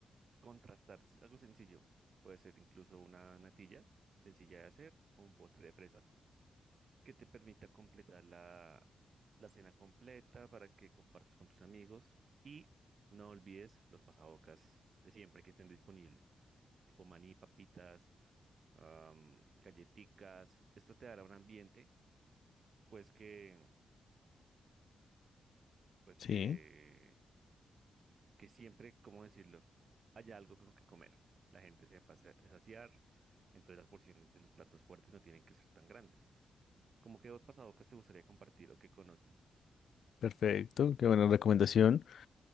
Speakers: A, on the right; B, on the left.
A: Contrastar es algo sencillo. Puede ser incluso una natilla sencilla de hacer o un postre de fresa que te permita completar la, la cena completa para que compartas con tus amigos y no olvides los pasabocas de siempre que estén disponibles, tipo maní, papitas, am, galleticas. Esto te dará un ambiente pues que pues
B: Sí.
A: que que siempre, ¿cómo decirlo? Haya algo con que comer. La gente se pasa a saciar, entonces las porciones de los platos fuertes no tienen que ser tan grandes. ¿Cómo qué pasabocas te gustaría compartir o que conocen?
B: Perfecto, qué buena recomendación.